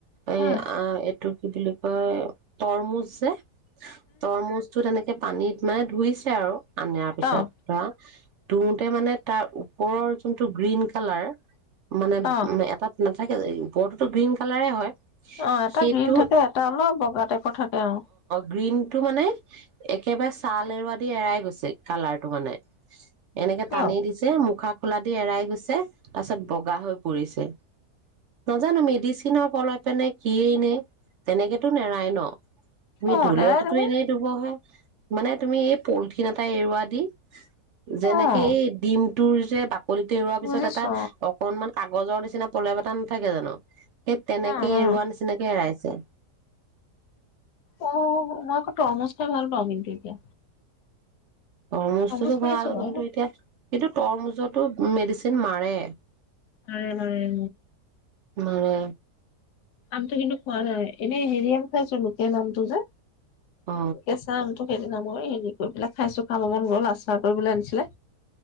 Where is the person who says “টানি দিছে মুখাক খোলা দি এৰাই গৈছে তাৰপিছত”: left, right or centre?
Right